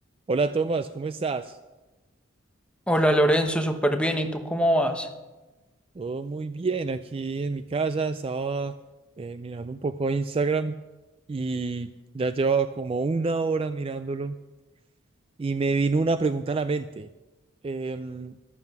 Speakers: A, on the right; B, in the centre.
A: Hola Tomás, ¿cómo estás?
B: Hola Lorenzo, súper bien. ¿Y tú cómo vas?
A: Todo muy bien aquí en mi casa. Estaba eh, mirando un poco Instagram y ya llevaba como una hora mirándolo y me vino una pregunta a la mente. Em,